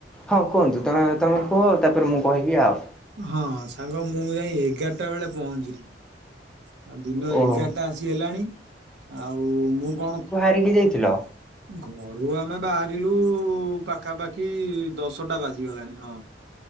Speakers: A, in the centre; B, on the right (about 65°).
A: ହଁ କୁହନ୍ତୁ ତମେ ତମେ କୁହ ତାପରେ ମୁଁ କହିବି ଆଉ‌।
B: ହଁ ସାଙ୍ଗ ମୁଁ ଯାଇ ଏଗାରଟା ବେଳେ ପହଞ୍ଚିଲି। ଆ ଦିନ
A: ଓହୋ
B: ଏଗାରଟା ଆସି ହେଲାଣି ଆଉ ମୁଁ କଣ
A: କିଏ କିଏ ଯାଇଥିଲ?
B: ଘରୁ ଆମେ ବାହାରିଲୁ ପାଖାପାଖି ଦଶଟା ବାଜିଗଲାଣି ହଁ।